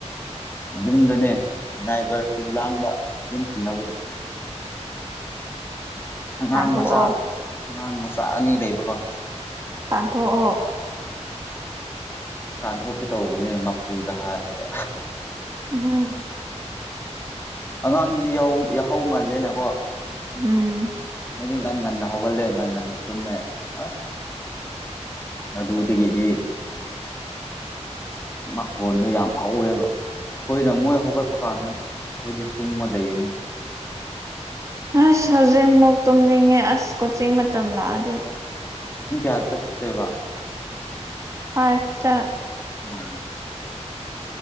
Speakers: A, on the left (about 20°); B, on the right (about 25°).
A: ꯌꯨꯝꯗꯅꯦ ꯭ꯔꯏꯚꯔꯁꯇꯨ ꯂꯥꯡꯕ ꯌꯨꯝ ꯊꯪꯅꯕꯗꯣ ꯑꯉꯥꯡ
B: ꯇꯥꯟꯊꯣꯛꯑꯣ
A: ꯃꯆꯥ ꯑꯉꯥꯡ ꯃꯆꯥ ꯑꯅꯤ ꯂꯩꯕꯀꯣ
B: ꯇꯥꯟꯊꯣꯛꯑꯣ
A: ꯇꯥꯟꯊꯣꯛꯄꯤꯦ ꯇꯧꯕꯅꯦ ꯃꯄꯨꯗ ꯍꯥꯏꯔꯒ
B: ꯎꯝ
A: ꯑꯉꯥꯡꯗꯤ ꯌꯥꯍꯧ ꯉꯜꯂꯦꯅꯀꯣ
B: ꯎꯝ
A: ꯃꯣꯏꯗꯤ ꯉꯟꯅ ꯉꯟꯅ ꯍꯧꯒꯜꯂꯦ ꯉꯟꯅ ꯉꯟꯅ ꯇꯨꯝꯃꯦ ꯑꯁ ꯑꯗꯨꯗꯒꯤꯗꯤ ꯃꯈꯣꯟꯗꯣ ꯌꯥꯝ ꯍꯧꯋꯦꯕ ꯑꯩꯈꯣꯏꯅ ꯃꯣꯏ ꯍꯧꯒꯠꯄ ꯀꯥꯟꯗ ꯑꯩꯈꯣꯏꯗꯤ ꯇꯨꯝꯃ ꯂꯩꯔꯅꯤ
B: ꯑꯁ ꯍꯧꯖꯤꯛ ꯑꯃꯨꯛ ꯇꯨꯝꯅꯤꯡꯉꯦ ꯑꯁ ꯀꯣꯆꯤꯡ ꯃꯇꯝ ꯂꯥꯛꯑꯗꯤ
A: ꯄꯨꯡ ꯀꯌꯥ ꯆꯛꯇꯕ
B: ꯐꯥꯏꯚꯇ
A: ꯎ